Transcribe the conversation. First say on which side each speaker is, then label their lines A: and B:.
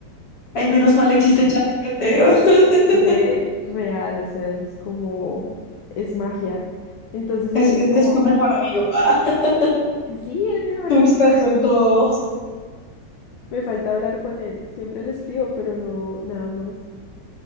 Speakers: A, on the left; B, on the left.
A: Ay,
B: Ajá.
A: menos mal existe ChatGPT. <laughs>
B: Ve real, o sea, eso es como, es magia. Entonces
A: Es,
B: él dice
A: es
B: como,
A: tu mejor amigo, ah, <laughs>
B: sí, es mi mejor
A: tu
B: amigo.
A: experto
B: <laughs>
A: en todo.
B: Me falta hablar con él. Siempre le escribo, pero no, nada más.